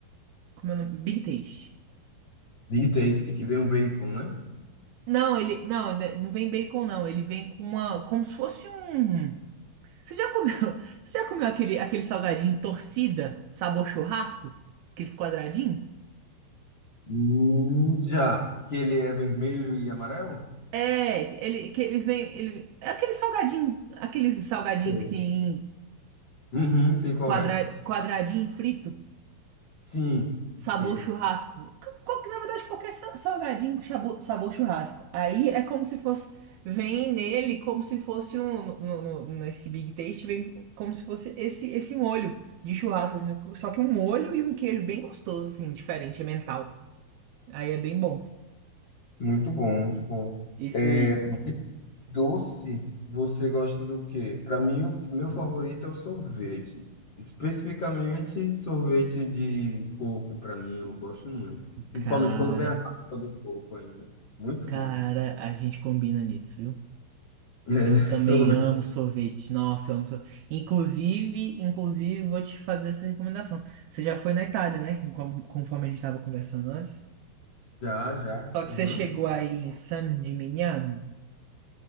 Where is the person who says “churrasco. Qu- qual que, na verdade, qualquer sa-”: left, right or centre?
Right